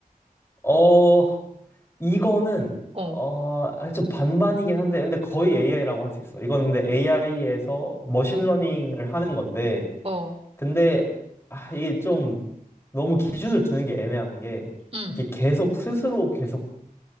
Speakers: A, on the left; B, on the right.
A: 어, 이거는
B: 어,
A: 어, 아니, 좀 반반이긴 한데, 근데 거의 AI라고 할 수 있어. 이거는 근데 AI에서 머신러닝을
B: 어,
A: 하는 건데,
B: 어,
A: 근데 아, 이게 좀 너무 기준을 두는 게 애매한 게
B: 응,
A: 이게 계속 스스로 계속